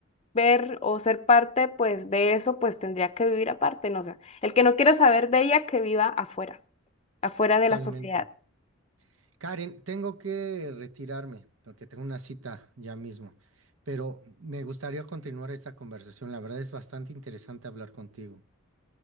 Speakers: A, on the left; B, on the right.
A: ver o ser parte pues de eso, pues tendría que vivir aparte, no sé. el que no quiera saber de ella, que viva afuera, afuera
B: totalmente.
A: de la sociedad.
B: Karen, tengo que retirarme porque tengo una cita ya mismo, pero me gustaría continuar esta conversación. La verdad es bastante interesante hablar contigo.